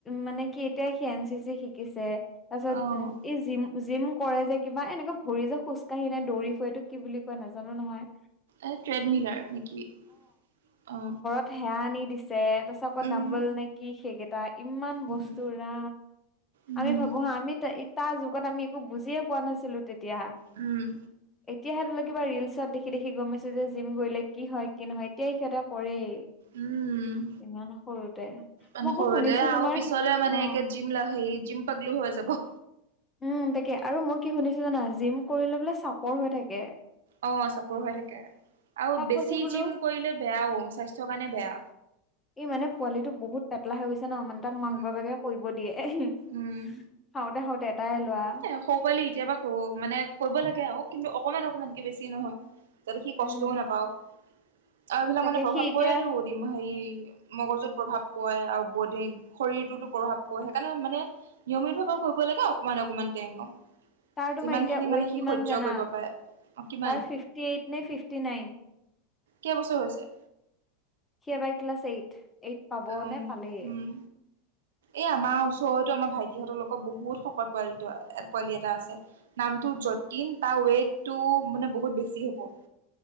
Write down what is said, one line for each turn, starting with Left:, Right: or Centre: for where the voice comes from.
Left: মানে কি এতিয়া সি এন চি চি শিকিছে তাৰ পিছত
Right: অ'
Left: উম। এই জিম, জিম কৰে যে কিবা এনেকুৱা ভৰি যে খোজকাঢ়ি নে দৌৰি ফুটো কি বুলি কোৱা নাজানো নহয়।
Right: এ ট্ৰেডমিলাৰ নেকি অ'।
Left: হেৰা আনি দিছে তাৰছ কত
Right: উম
Left: দাম্বল নে কি সেইকেইটা ইমান
Right: উম
Left: বস্তুৰ। ম
Right: উম
Left: আমি ভাবো হা আমি তাৰ যুগত আমি একো বুজিয়ে পোৱা নাছিলো তেতিয়া।
Right: উম।
Left: এতিয়া সিহত লক কিবাৰিলচত দেখি দেখি গমাইছো যে জিম গলে কি হয় কি নহয় এতিয়াই সিহঁতে কৰেই।
Right: উম,
Left: ইমান সৰুতে
Right: মানে
Left: মই আকৌ
Right: সৰুতে
Left: শুনিছো
Right: আৰু
Left: তোমাৰ
Right: পিছলৈ মানে
Left: অ
Right: একে। জিম লে জিম পাগলো হৈ যাব।
Left: উম, তাকে আৰু মই কি শুনিছো জানা জিম কৰিলে বোলে চাপৰ হৈ থাকে।
Right: অ', চাপৰ হৈ থাকে আৰু
Left: তাক
Right: বেছি
Left: কৈছো বোলো
Right: জিম কৰিলে বেয়াও স্বাস্থ্যৰ কাৰণে বেয়া।
Left: এই মানে পোৱালিটো বহুত পটলা হৈ গৈছে ন অমান তাক মাক
Right: উম
Left: বাপোকে কৰিব দিয়ে। খাওঁতে,
Right: উম।
Left: খাওঁতে এটাই লোৱা।
Right: এ সৰু পোৱালি এতিয়াবা ক মানে কৰিব লাগে, আৰু কিন্তু অকমান অকমানকে বেছি নহয়। তাতে সি কষ্টও
Left: উম
Right: নাপাও আৰু এইবিলাক
Left: তাকে
Right: মানে প্ৰভাৱ
Left: সি এতিয়া
Right: পতো দিম হেৰি। মগজুত প্ৰভাৱ পৰে আৰু বধ শৰীৰটোতো প্ৰভাৱ পৰে সেইকাৰণে মানে। নিয়মিত ভাৱে কৰিব লাগে অকমান অকমান টাইমত।
Left: তাৰ তোমাৰ
Right: যিমান
Left: এতিয়া
Right: খিনি
Left: ৱেইট
Right: মানে সি
Left: কিমান
Right: সহ্য
Left: জানা
Right: কৰিব পাৰে। অ কিমান
Left: তাৰ ফিফটি এইট নে ফিফটি নাইন।
Right: কেইবছৰ হৈছে?
Left: সিয়বাই ক্লাছ এইট এইট পাব
Right: উম
Left: নে পালেই।
Right: উম এই আমাৰ ওচৰতো আমাৰ ভাইটিহঁতৰ লগত বহুত শকত পোৱালি পোৱালি এটা আছে। নামটো যতন তাৰ ৱেইটটো মানে বহুত বেছি হ'ব।